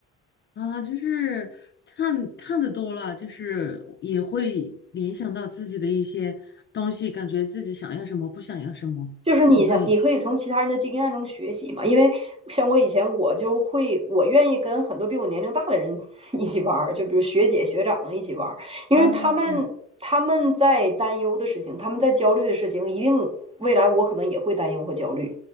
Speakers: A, on the left; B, on the right.
A: 啊，就是看看的多了，就是也会联想到自己的一些东西，感觉自己想要什么，不想要什么，
B: 就是你想，
A: 就会
B: 你可以从其他人的经验中学习嘛。因为像我以前，我就会，我愿意跟很多比我年龄大的人 <laughs> 一起玩儿，就比如学姐、学长一起玩儿，因为他们他们在担忧的事情，
A: 哦，
B: 他们在焦虑的事情，一定未来我可能也会担忧和焦虑，